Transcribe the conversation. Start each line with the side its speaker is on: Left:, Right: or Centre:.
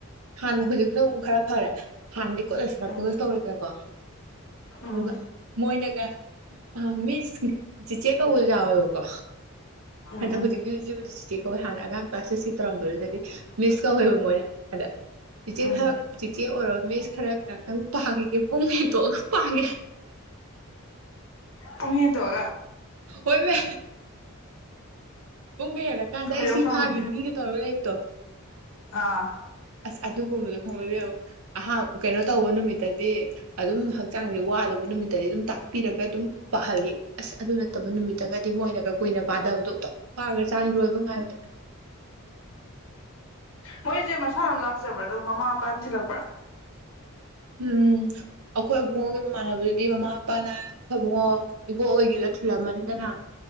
Right: ꯍꯥꯟꯅ ꯍꯧꯖꯤꯛꯅ ꯑꯃꯨꯛ ꯈꯔ ꯐꯔꯦ ꯍꯥꯟꯅꯗꯤ ꯀꯣꯂꯦꯖ ꯍꯜꯛꯄꯒꯁꯨ
Left: ꯎꯝ
Right: ꯇꯧꯔꯦꯗꯅꯥ ꯀꯦ
Left: ꯎꯝ
Right: ꯑꯗꯨꯒ ꯃꯣꯏꯅꯒ ꯃꯤꯁ ꯆꯤꯆꯦ ꯀꯧꯕꯁꯨ ꯌꯥꯥ ꯑꯣꯑꯥꯕꯥꯀꯣ
Left: ꯎꯝ
Right: ꯍꯦꯛꯇꯥ
Left: ꯎꯝ
Right: ꯍꯧꯖꯤꯀꯦꯁꯦꯕꯨꯗꯤ ꯆꯦꯆꯦ ꯀꯧꯏ ꯍꯥꯟꯅ ꯑꯉꯥꯡ ꯀ꯭ꯂꯥꯁꯦ ꯁꯏꯁꯀꯤ ꯇꯧꯔꯝꯕꯗꯨꯗꯗꯤ ꯃꯤꯁ ꯀꯧꯋꯦꯕ ꯃꯣꯏꯅ ꯑꯗ ꯆꯦꯆꯦ
Left: ꯎꯝ
Right: ꯈꯔ ꯆꯦꯆꯦ ꯑꯣꯏꯔꯔꯕ ꯃꯤꯁ ꯈꯔꯒꯥ ꯉꯍꯥꯛꯇꯡ ꯄꯥꯈꯒꯦ ꯄꯨꯡ ꯍꯦꯠꯇꯣꯛꯑꯒ ꯄꯥꯒ
Left: ꯄꯨꯨꯡ ꯍꯦꯟꯗꯣꯑꯒꯥ
Right: ꯍꯣꯏ ꯃ ꯄꯨꯡꯒ ꯍꯦꯜꯂꯛ ꯀꯥꯟꯗ
Left: ꯈꯣꯏꯗꯧ
Right: ꯑꯩ ꯁꯤ
Left: ꯁꯥꯎꯅꯤꯡꯕꯤꯗꯣ
Right: ꯐꯥꯒꯤ ꯃꯤꯒ ꯇꯧꯔꯒ ꯂꯩꯕ ꯇꯪ
Left: ꯑꯥ
Right: ꯑꯁ ꯑꯗꯨꯒꯨꯝꯕꯗꯣ ꯈꯥꯉꯕꯥ ꯏꯕꯥꯃꯥ ꯑꯍ ꯀꯩꯅꯣ ꯇꯧꯕ ꯅꯨꯃꯤꯠꯇꯗꯤ ꯑꯗꯨꯝ ꯍꯛꯆꯥꯡꯁꯦ ꯋꯥꯗꯕ ꯅꯨꯃꯤꯠꯇꯗꯤ ꯑꯗꯨꯝ ꯇꯥꯛ ꯄꯤꯔꯒ ꯑꯗꯨ ꯄꯍꯜꯂꯤ ꯑꯁ ꯑꯗꯨ ꯅꯠꯇꯕ ꯅꯨꯃꯤꯠꯇꯒꯗꯤ ꯃꯣꯏꯅꯒ ꯀꯨꯏꯅ ꯄꯥꯗꯕꯗꯣ ꯑꯣꯅꯊꯣꯛ ꯄꯥꯒꯔꯥ ꯖꯠꯅꯤ ꯂꯣꯏꯕꯥ ꯉꯥꯏꯕꯗꯥ
Left: ꯃꯣꯏꯁꯦ ꯃꯁꯥꯅ ꯂꯥꯛꯆꯕ꯭ꯔꯥ ꯑꯗꯨꯒ ꯃꯃꯥ ꯃꯄꯥꯅ ꯊꯤꯜꯂꯛꯄ꯭ꯔꯥ
Right: ꯎꯝ ꯑꯩꯈꯣꯏ ꯏꯕꯨꯡꯉꯣꯒꯤ ꯝꯃꯥꯟꯅꯕꯗꯨꯗꯤ ꯃꯃꯥ ꯃꯄꯥꯅ ꯑꯩꯈꯣꯏ ꯏꯕꯨꯡꯉꯣ ꯏꯕꯣꯛ ꯍꯣꯏꯒꯤꯗ ꯊꯅꯥꯃꯝꯅꯤꯗꯅ